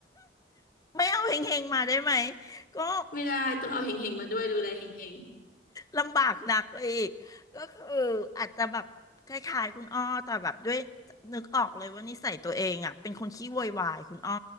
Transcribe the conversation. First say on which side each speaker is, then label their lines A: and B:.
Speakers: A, on the left; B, on the left.
A: ไม่เอาเฮงๆมาได้ไหมก็
B: ไม่ได้ต้องเอาเฮงเฮงมาด้วยดูแลเฮงเฮง
A: ลำบากหนักอีกก็คืออาจจะแบบคล้ายๆคุณอ้อแต่แบบด้วยนึกออกเลยว่านิสัยตัวเองอ่ะเป็นคนขี้โวยวายคุณอ้อ